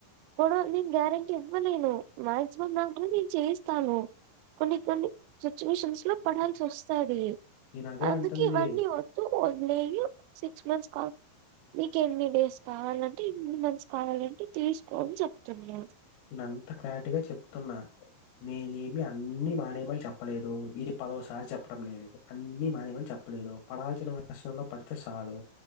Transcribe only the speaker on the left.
నేను అదే
అంటుంది.
నేను అంత క్లారిటీగా చెప్తున్నా నేనేమి అన్నిీ మానేయమని చెప్పలేదు ఇది పదోసారి చెప్పడం నేను ఇది అన్నిీ మానేయ్ మని చెప్పలేదు పడాల్సిన వర్షన్లో పడితే చాలు